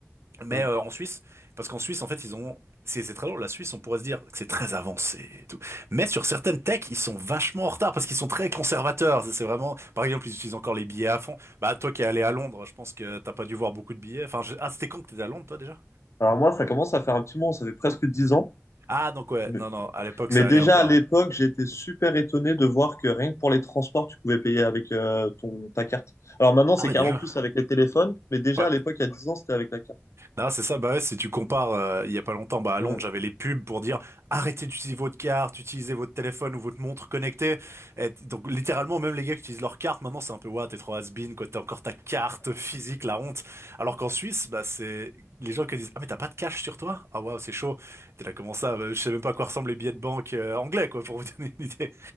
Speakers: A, on the right; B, on the left.
A: mais
B: Ouais.
A: euh, en Suisse, parce qu'en Suisse, en fait, ils ont... C'est c'est très drôle, la Suisse, on pourrait se dire que c'est très avancé et tout. Mais sur certaines techs, ils sont vachement en retard parce qu'ils sont très conservateurs. C'est c'est vraiment, par exemple, ils utilisent encore les billets à fond. Bah, toi qui es allé à Londres, je pense que t'as pas dû voir beaucoup de billets. Enfin, je- ah, c'était quand que t'étais à Londres, toi, déjà?
B: Alors moi, ça commence à faire un petit moment, ça fait presque 10 ans.
A: Ah, donc ouais,
B: Mais,
A: non, non, à l'époque,
B: mais
A: ça
B: déjà
A: allait encore.
B: à l'époque, j'étais super étonné de voir que rien que pour les transports, tu pouvais payer avec euh, ton, ta carte. Alors maintenant, c'est
A: Ah ouais,
B: carrément
A: déjà.
B: plus avec les téléphones, mais déjà
A: ouais
B: à l'époque, il y a 10 ans, c'était avec la carte.
A: Non, c'est ça. Bah ouais, si tu compares, euh, il y a pas longtemps, bah à Londres,
B: Ouais.
A: j'avais les pubs pour dire arrêtez d'utiliser votre carte, utilisez votre téléphone ou votre montre connectée. Et donc littéralement, même les gars qui utilisent leur carte, maintenant c'est un peu ouais, t'es trop has-been, quoi, t'as encore ta carte physique, la honte. Alors qu'en Suisse, bah c'est les gens qui disent ah mais t'as pas de cash sur toi? Ah waouh, c'est chaud. T'es là comment ça? Euh, Je sais même pas à quoi ressemblent les billets de banque euh, anglais, quoi, pour vous <laughs> donner une idée.